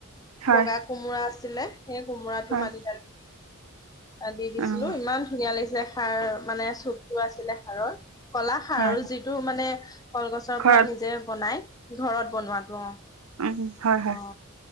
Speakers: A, on the right; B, on the left.
A: হয়
B: বগা কোমোৰা আ- -ছিলে সেই কোমোৰাটো
A: হয়
B: মাটি দালি- আদি দিছিলো
A: অঁ
B: ইমান ধুনীয়া লাগিছিলে। সাৰ মানে চুপটো আছিলে সাৰৰ কলা সাৰ
A: হয়
B: আৰু যিটো মানে কলগছৰ
A: ঘৰত
B: পৰা নিজে বনাই ঘৰত বনোৱাটো অ
A: উম হয় হয়
B: অ।